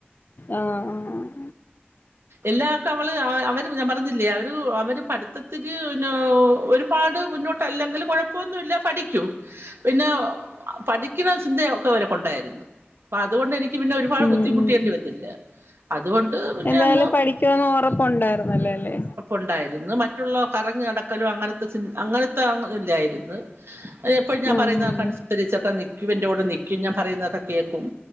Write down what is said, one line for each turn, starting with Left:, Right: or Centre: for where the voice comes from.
Left: ആഹ് ആ
Right: എല്ലാവർക്കും അവള് അവര് ഞാൻ പറഞ്ഞില്ലേ അവര് അവര് പഠിത്തത്തിന്ന ഒരു പാട് മുന്നോട്ട് അല്ലെങ്കിൽ കുഴപ്പമൊന്നുമില്ല പഠിക്കും പിന്നെ പഠിക്കുന്ന ചിന്തയ ഒക്കെ അവർക്ക ഉണ്ടായിരുന്നു അപ്പൊ അതുകൊണ്ട് എനിക്ക് പിന്നെ ഒരുപാട്
Left: ഉം
Right: ബുദ്ധിമുട്ടിയേണ്ടി
Left: ഉം ഉം
Right: വന്നില്ല അതുകൊണ്ട് പിന്നെ
Left: എന്തായാലും
Right: അങ്ങ്
Left: പഠിക്കുവെന്ന് ഉറപ്പുണ്ടായിരുന്നല്ലേ അല്ലേ
Right: ഉണ്ടായിരുന്നു മറ്റുള്ള കറഞ്ഞ കിക്കലോ അങ്ങനത്തെ അങ്ങനത്തെ അല്ലായിരുന്നു ഇപ്പോഴ ഞാൻ
Left: ഉം
Right: പറുന്നതക്കനുരിച്ചക്ക നിക്ക് ക്യൂവിൻ്റ കൂടെ നിൽക്കും ഞാൻ പറയുന്നതൊക്കെ കേൾക്കും